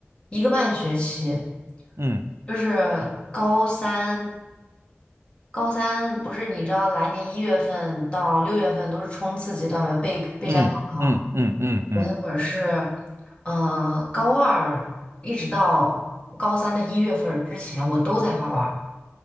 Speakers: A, on the left; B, on the right.
A: 一个半学期，
B: 嗯
A: 就是高三，高三不是你知道来年一月份到六月份都是冲刺阶段嘛，备备战高考。
B: 嗯嗯嗯嗯嗯
A: 我那会儿是，呃，高二一直到高三的一月份儿之前，我都在画画。